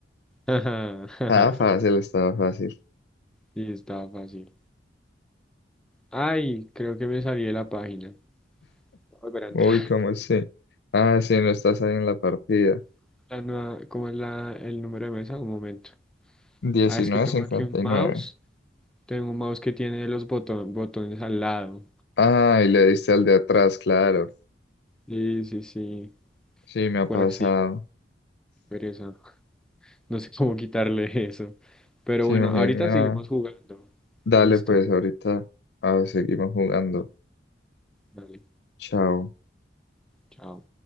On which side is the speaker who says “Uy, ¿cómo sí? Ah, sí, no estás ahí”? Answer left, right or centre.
Left